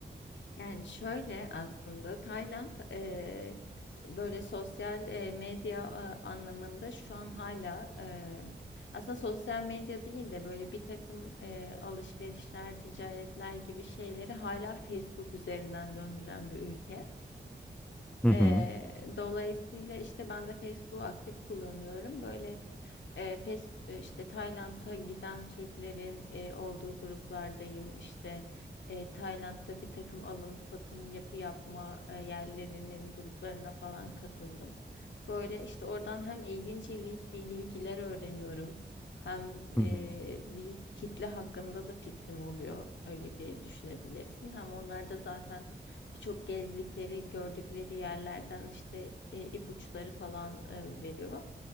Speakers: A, on the left (about 80°); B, in the centre.
A: Yani şöyle aslında Tayland eee, böyle sosyal eee, medya e, anlamında şu an hala eee, aslında sosyal medya değil de böyle bir takım eee, alışverişler, ticaretler gibi şeyleri hala Facebook üzerinden döndüren bir ülke.
B: Hı hı.
A: Eee, dolayısıyla işte ben de Facebook'u aktif kullanıyorum. Böyle eee Face- e, işte Tayland'a giden Türklerin eee, olduğu gruplardayım. İşte eee, Tayland'da bir takım alım satım yapı yapma eee, yerlerinin gruplarına falan katıldım. Böyle işte oradan hem ilginç ilginç bir bilgiler öğreniyorum. Hem
B: Hı
A: eee,
B: hı.
A: bir kitle hakkında da fikrim oluyor e, gibi düşünebilirsin. Hem onlar da zaten birçok gezdikleri, gördükleri yerlerden işte e, ipuçları falan e, veriyor.